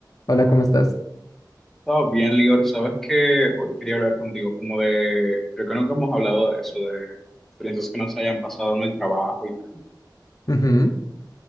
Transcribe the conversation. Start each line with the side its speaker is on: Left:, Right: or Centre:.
Left: Hola, ¿cómo estás?
Centre: estaba bien, Lior. Sabes que hoy quería hablar contigo como de, creo que nunca hemos hablado de eso, de experiencias que nos hayan pasado en el trabajo y tal.
Left: Ujú.